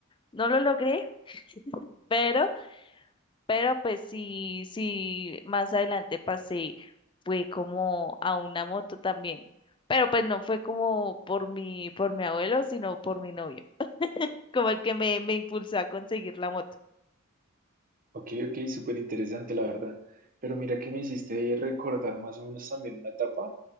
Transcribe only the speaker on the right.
Ok, ok, súper interesante, la verdad. Pero mira que me hiciste recordar más o menos también una etapa